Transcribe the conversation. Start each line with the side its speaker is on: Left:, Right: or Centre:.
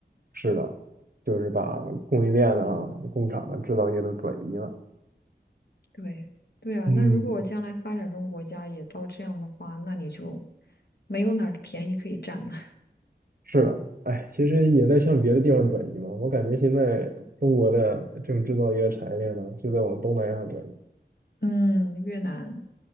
Right: 是的，就是把供应链啊、工厂啊、制造业都转移了。
Left: 对对啊，
Right: 嗯，
Left: 那如果将来发展中国家也到这样的话，那你就没有哪儿的便宜可以占了。
Right: 是的，哎，其实也在向别的地方转移嘛。我感觉现在中国的这种制造业产业链呢，就在往东南亚转移。
Left: <laughs> 嗯，越南，